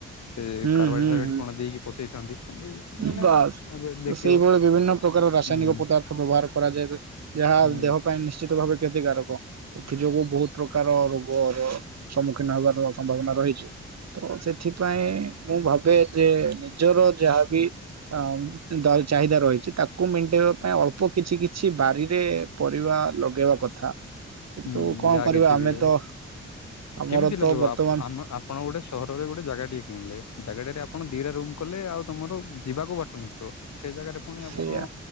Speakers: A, on the left; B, on the right.
A: ସେ
B: ହୁଁ
A: କାର୍ବାଇଡ଼
B: ହୁଁ
A: ଫାର୍ବାଇଡ଼
B: ହୁଁ।
A: କଣ ଦେଇକି ପଚେଇଥାନ୍ତି ସେମିତି
B: ବାସ୍
A: ମାନେ ଏବେ
B: ତ
A: ଦେଖିବ
B: ସେଇଭଳି ବିଭିନ୍ନ ପ୍ରକାର ରାସାୟନିକ
A: ହୁଁ
B: ପଦାର୍ଥ ବ୍ୟବହାର କରାଯାଏ ଯାହା
A: ହୁଁ
B: ଦେହ ପାଇଁ ନିଶ୍ଚିତ ଭାବେ କ୍ଷତିକାରକ ଏଥି ଯୋଗୁ ବୋହୁତ ପ୍ରକାର ରୋଗର ସମ୍ମୁଖୀନ ହେବାର ସମ୍ଭାବନା ରହିଚି। ତ ସେଥିପାଇଁ ମୁଁ ଭାବେ ଯେ ନିଜର ଯାହାବି ଅ ଦା ଚାହିଦା ରହିଛି ତାକୁ ମେଣ୍ଟେଇବା ପାଇଁ ଅଳ୍ପ କିଛି କିଛି ବାରିରେ ପରିବା ଲଗେଇବା କଥା। କିନ୍ତୁ
A: ହୁଁ
B: କଣ
A: ଯାହା
B: କରିବା
A: କିଛି
B: ଆମେ
A: ବି
B: ତ ଆମର
A: କେମିତି
B: ତ
A: ଲଗେଇବ
B: ବର୍ତ୍ତମାନ
A: ଆପ ଆମ ଆପଣ ଗୋଟେ ସହରରେ ଗୋଟେ ଜାଗା ଟିଏ କିଣିଲେ ଜାଗାଟାରେ ଆପଣ ଦିଟା ରୁମ୍ କଲେ ଆଉ ତମର ଯିବାକୁ ବାଟ ନଥିବ। ସେ ଜାଗାରେ ପୁଣି ଆପଣ
B: ସେଇଆ